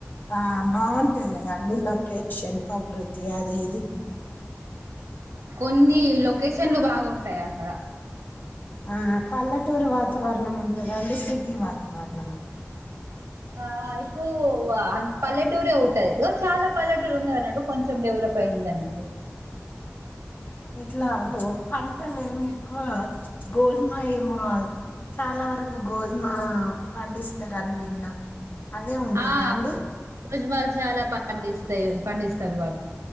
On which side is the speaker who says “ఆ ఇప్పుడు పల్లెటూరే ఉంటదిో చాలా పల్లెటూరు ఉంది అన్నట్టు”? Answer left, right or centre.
Right